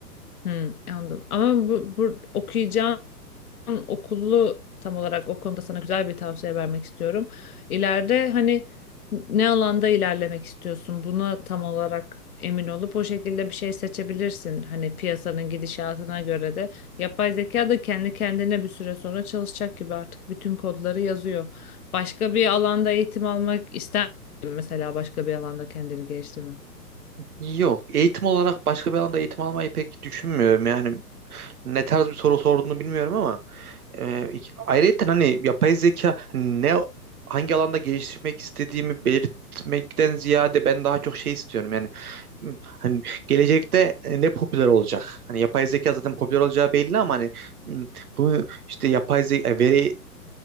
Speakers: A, on the left; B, on the right.
A: Hmm, anladım. Ama bu, bu okuyacağın okulu tam olarak o konuda sana güzel bir tavsiye vermek istiyorum. İleride hani ne alanda ilerlemek istiyorsun buna tam olarak emin olup o şekilde bir şey seçebilirsin. Hani piyasanın gidişatına göre de yapay zeka da kendi kendine bir süre sonra çalışacak gibi artık bütün kodları yazıyor. Başka bir alanda eğitim almak ister misin mesela başka bir alanda kendini geliştirmek?
B: Yok. Eğitim olarak başka bir alanda eğitim almayı pek düşünmüyorum. Yani ne tarz bir soru sorduğunu bilmiyorum ama e, iki- ayrıca hani yapay zeka ne hangi alanda geliştirmek istediğimi belirtmekten ziyade ben daha çok şey istiyorum. Yani hani gelecekte e, ne popüler olacak? Hani yapay zeka zaten popüler olacağı belli ama hani m, bunu işte yapay zeka veri